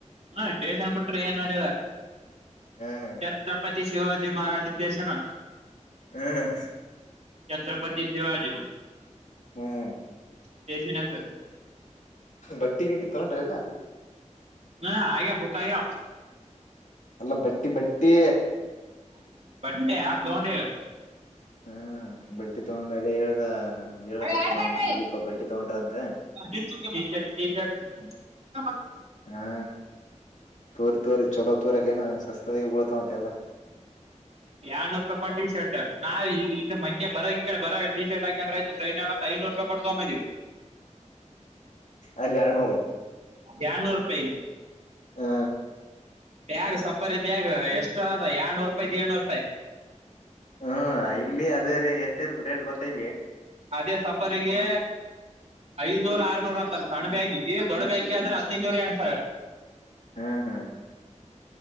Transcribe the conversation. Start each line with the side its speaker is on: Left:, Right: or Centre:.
Right: ಹ ಸೇಷ್ಟನ ಏನ್ ನೋಡಿಲ್ಲ
Left: ಹ್ಮ್
Right: ಛತ್ರಪತಿ ಶಿವಾಜಿ ಮಹಾರಾಜ ಸೇಷ್ಟನ
Left: ಹ್ಮ್
Right: ಛತ್ರಪತಿ ಶಿವಾಜಿ
Left: ಹ್ಮ್
Right: ಸ್ಟೇಷನ್ ಹೆಸರ
Left: ಬಟ್ಟಿಗಿಟ್ಟಿ ತಗೊಂಡ್ರಿ ಇಲ್ಲ
Right: ಹಾ ಆಗ್ಯಾವ ಬುಕ್ ಆಗ್ಯಾವ
Left: ಅಲ್ಲ ಬಟ್ಟಿ ಬಟ್ಟಿ
Right: ಬಟ್ಟಿ ಹಾ ತೊಂಡಿವಿ
Left: ಹ್ಮ ಬಟ್ಟಿ ತಗೊಂಡ ಅದೇ ಹೇಳ್ದ ಹೇಳಕತಿದ
Right: ಅವ ಯಾರ್ ಬಟ್ಟ
Left: ನಿಮ ಸುದೀಪ ಬಟ್ಟಿ ತಗೊಂಡ್ರ ಅಂತ
Right: <unintelligible>
Left: ಹಾ ತೋರಿ ತೋರಿ ಚಲೋ ತೋರಿ ಅಲ್ಲಿ ಏನ ಸಸ್ತದಾಗೆ ಬೂಳತಾವ ಅಂತ ಎಲ್ಲ
Right: ಎರಡನೂರೂಪಾಯಿ ಕೊಂದ ಟಿ ಶರ್ಟ್ ನಾ ಈ ಇದ ಮನ್ನೆ ಬರಗ ಈ ಕಡೆ ಬರ ಟ ಶರ್ಟ್ ಹಾಕೊಂಡ್ರ ಆಐತ ಟ್ರೈನ್ ರೂಪಾಯಿ ಕೂಟ್ಟ ತೂಂಬ ಬಂದಿವಿ
Left: ಅಲ್ಲಿ ಎರಡ್ನೂರ
Right: ಎರಡ ನೂರೂಪಾಯಿ ಇಲ್ಲಿ
Left: ಹಾ
Right: ಬ್ಯಾಗ್ ಸಪಾರಿ ಬ್ಯಾಗ್ ಎಷ್ಟು ಅದ ಎರಡನೂರು ರೂಪಾಯಿ ದಿಡ್ನೂರು ರೂಪಾಯಿ
Left: ಹ್ಮ ಇಲ್ಲಿ ಅದೇ ರ ಎಷ್ಟ ಇರತದ ರೇಟ್ ಗೊತ್ತ ಇಲ್ಲಿ
Right: ಅದೇ ಸಫರಿಗೆ ಐದನೂರ್ ಆರ್ನೂರ ಅಂತ ಸಣ್ಣ ಬ್ಯಾಗಿಗೆ ದೊಡ್ಡ ಬ್ಯಾಗಿಗ ಆದ್ರ ಹದಿನೈದುನೂರ ಎರಡ್ ಸಾವಿರ
Left: ಹ್ಮ್ ಹ್ಮ್